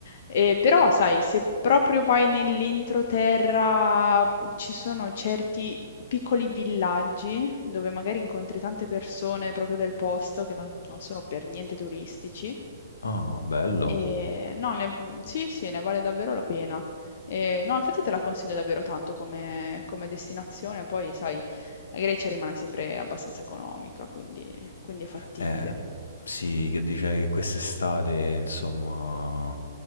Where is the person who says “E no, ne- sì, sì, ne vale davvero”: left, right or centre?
Left